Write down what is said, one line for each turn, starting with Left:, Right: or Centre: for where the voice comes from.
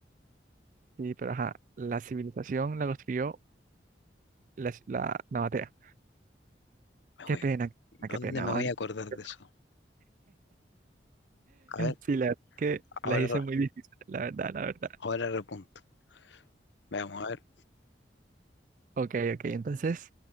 Right: Sí, pero ajá, la civilización la construyó la, la nabatea.
Left: Me
Right: Qué
Left: voy-
Right: pena,
Left: ¿Dónde
Right: ah, qué pena,
Left: me
Right: van.
Left: voy a acordar de
Right: <laughs>
Left: eso? A ver,
Right: Sí, la verdad que
Left: ahora,
Right: las hice muy difíciles, la verdad, la verdad.
Left: ahora repunto. Veamos, a ver.
Right: Ok, ok, entonces